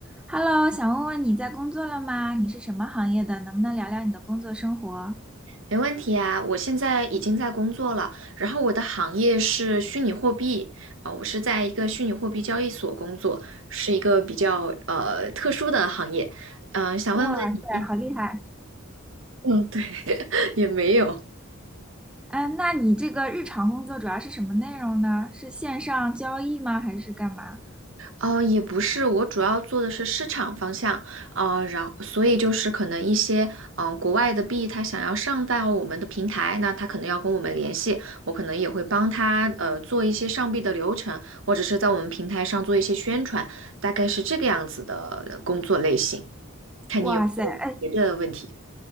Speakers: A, in the centre; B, on the right.
A: Hello，想问问你在工作了吗？你是什么行业的？能不能聊聊你的工作生活？
B: 没问题啊，我现在已经在工作了，然后我的行业是虚拟货币，啊、我是在一个虚拟货币交易所工作，是一个比较呃特殊的行业，嗯、想问问你，
A: 哇塞，好厉害！
B: 嗯，对，<laughs> 也没有，
A: 啊，那你这个日常工作主要是什么内容呢？是线上交易吗？还是干嘛？
B: 哦，也不是，我主要做的是市场方向，啊，然后所以就是可能一些嗯国外的币，他想要上到我们的平台，那他可能要跟我们联系，我可能也会帮他呃做一些上币的流程，或者是在我们平台上做一些宣传，大概是这个样子的工作类型。看你有没有别的问题。
A: 哇塞，哎，